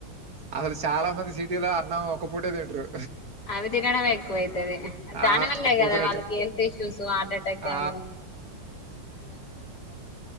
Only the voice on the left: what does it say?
అవి తినడం వక్కువై పో తది దానివల్లే
కదా వాళ్ళకి హెల్త్ ఇష్యూస్ హార్ట్ ఎటాక్
లు అన్ని వస్తా ఉంటాయి